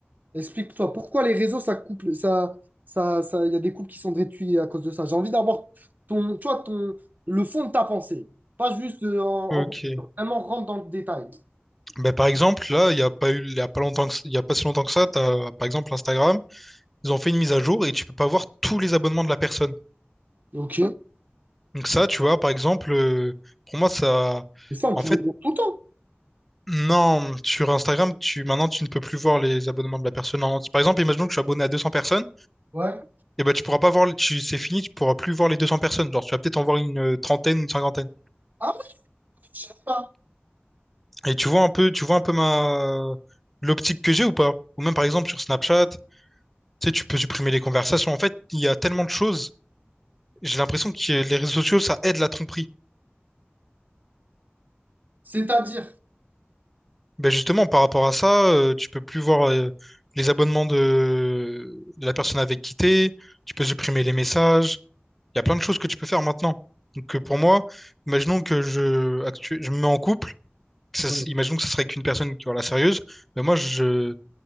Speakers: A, on the right; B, in the centre.
A: Explique-toi, pourquoi les réseaux, ça couple, ça, ça, ça, il y a des couples qui sont détruits à cause de ça. J'ai envie d'avoir ton, tu vois, ton, le fond de ta pensée, pas juste euh, en,
B: Ok.
A: en- vraiment rentre dans le détail.
B: Ben, par exemple, là, il n'y a pas eu, il y a pas longtemps que- il y a pas si longtemps que ça, t'as, par exemple, Instagram, ils ont fait une mise à jour et tu peux pas voir tous les abonnements de la personne.
A: Ok.
B: Donc ça, tu vois, par exemple, euh, pour moi, ça,
A: Mais ça, on
B: en
A: pouvait
B: fait,
A: le dire tout le temps.
B: non, sur Instagram, tu, maintenant, tu ne peux plus voir les abonnements de la personne. en Par exemple, imaginons que je suis abonné à 200 personnes,
A: Ouais.
B: et ben, tu pourras pas voir, tu, c'est fini, tu pourras plus voir les 200 personnes. Genre, tu vas peut-être en voir une euh, trentaine, une cinquantaine.
A: Ah ouais, je sais pas.
B: Et tu vois un peu, tu vois un peu ma l'optique que j'ai ou pas? Ou même par exemple sur Snapchat, tu sais, tu peux supprimer les conversations. En fait, il y a tellement de choses. J'ai l'impression que les réseaux sociaux, ça aide la tromperie.
A: C'est-à-dire.
B: Ben justement, par rapport à ça, euh, tu peux plus voir euh, les abonnements de... de la personne avec qui t'es, tu peux supprimer les messages. Il y a plein de choses que tu peux faire maintenant. Donc euh, pour moi, imaginons que je, actu- je me mets en couple, que ça s-
A: Euh,
B: imaginons que ce serait avec une personne qui la sérieuse, mais moi je,